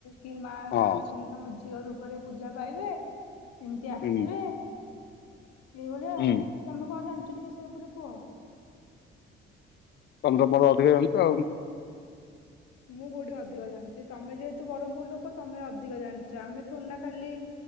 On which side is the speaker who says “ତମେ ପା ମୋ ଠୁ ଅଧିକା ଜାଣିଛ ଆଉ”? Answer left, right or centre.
Left